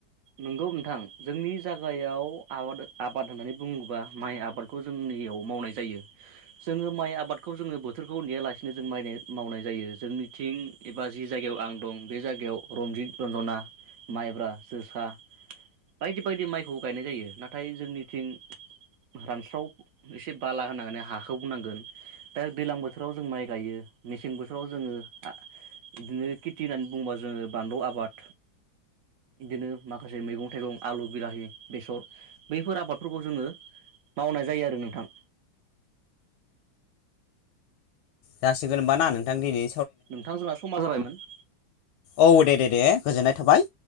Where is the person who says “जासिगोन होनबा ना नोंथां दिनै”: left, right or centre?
Left